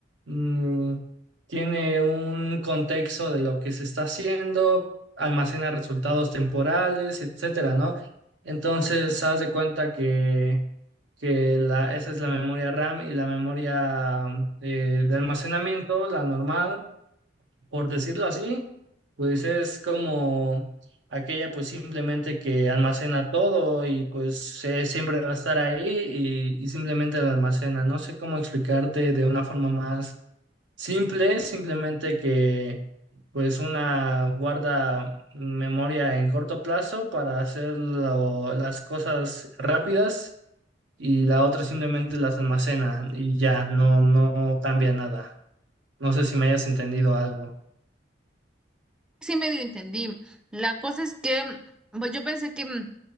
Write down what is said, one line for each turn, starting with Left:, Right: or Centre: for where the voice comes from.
Right: mm, tiene un contexto de lo que se está haciendo, almacena resultados temporales, etcétera, ¿no? Entonces, haz de cuenta que que la, esa es la memoria RAM y la memoria mm, eh, de almacenamiento, la normal, por decirlo así, pues es como aquella pues simplemente que almacena todo y pues eh, siempre va a estar ahí y, y simplemente la almacena. No sé cómo explicarte de una forma más simple, simplemente que pues una guarda memoria en corto plazo para hacer lo- las cosas rápidas y la otra simplemente las almacena y ya no, no cambia nada. No sé si me hayas entendido algo.
Centre: Sí, medio entendí. La cosa es que, mm, pues yo pensé que mm,